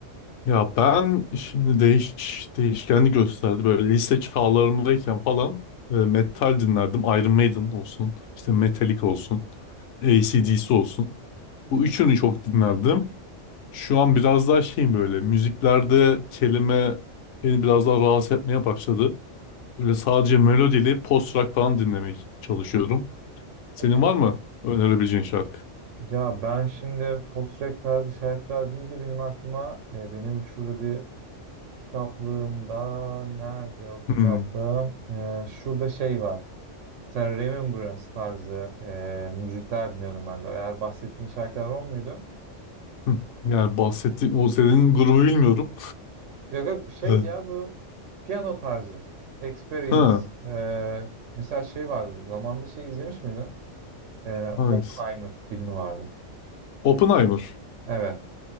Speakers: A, on the left; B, on the right.
A: Ya ben şimdi değiş değişkenli gösterdi. Böyle lise çağlarımdayken falan e, metal dinlerdim. Iron Maiden olsun, işte Metallica olsun, AC/DC olsun. Bu üçünü çok dinlerdim. Şu an biraz daha şeyim böyle müziklerde kelime beni biraz daha rahatsız etmeye başladı. Böyle sadece melodili post rock falan dinlemeye çalışıyorum. Senin
B: Hadi ya.
A: var mı önerebileceğin şarkı?
B: Ya ben şimdi post-rock tarzı şarkılar deyince benim aklıma e, benim şurada bir kitaplığımda nerede o kitaplığım?
A: Hmm.
B: E, şurada şey var. Mesela Remembrance tarzı e, müzikler dinliyordum ben de. Eğer bahsettiğin şarkılar o muydu?
A: hı. Yani bahsettiğim o senin grubu bilmiyorum.
B: Yok yok şey
A: <laughs>
B: ya bu piyano tarzı. Experience.
A: Ha,
B: eee, mesela şey vardı. Zamanında şey izlemiş miydin? Eee
A: hangisi?
B: Oppenheimer filmi vardı.
A: Oppenheimer.
B: Evet.